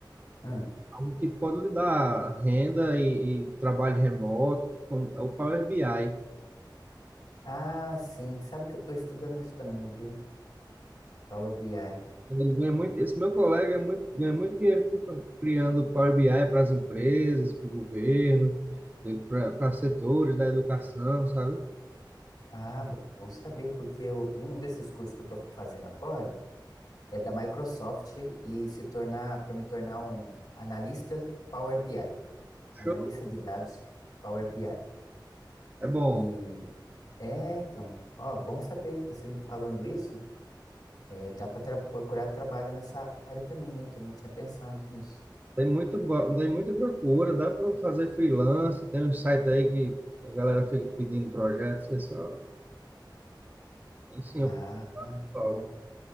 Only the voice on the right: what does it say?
algo que pode lhe dar renda e, e trabalho remoto, como é o Power BI.
Ele ganha muito, esse meu colega é muito, ganha muito dinheiro por- criando Power BI para as empresas, para o governo, para setores da educação, sabe?
Show.
É bom.
Tem muito, va- tem muita procura, dá para fazer freelance, tem um site aí que a galera fica pedindo projetos, é só assim,
eu
falo.